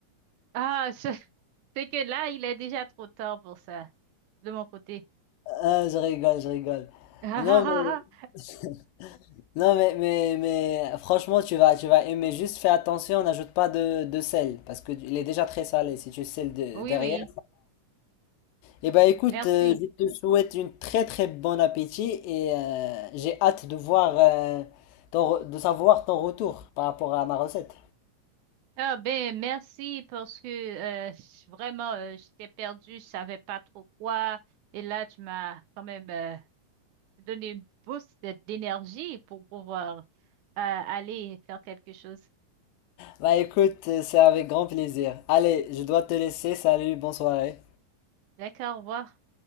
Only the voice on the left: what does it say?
Ah, je rigole, je rigole.
Non mais, <laughs> non mais, mais, mais franchement tu vas, tu vas aimer, juste fais attention, n'ajoute pas de, de sel, parce que il est déjà très salé, si tu sels de-
derrière.
Eh ben écoute,
euh, je te souhaite une très très bon appétit et euh, j'ai hâte de voir, euh, ton re- de savoir ton retour par rapport à ma recette.
Bah écoute, euh, c'est avec grand plaisir. Allez, je dois te laisser. Salut, bonne soirée.